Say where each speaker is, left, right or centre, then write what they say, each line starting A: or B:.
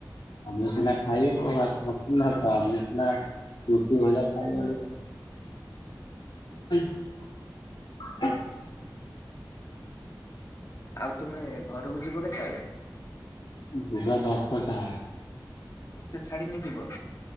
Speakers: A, on the left (about 80°); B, on the left (about 45°).
A: ତମେସିନା ଖାଇବ ବାସ୍ ପସନ୍ଦ ହେଟା <unintelligible> ରୁଟି ଭଜା ଖାଇବ ହେଲେ <unintelligible> କଁଟେ
B: ଆଉ ତୁମେ ଘରକୁ ଯିବ କେତେବେଳେ?
A: ଯିବା ଦଶଟା।
B: ବର୍ଷା ଛାଡ଼ିନେ ଯିବ?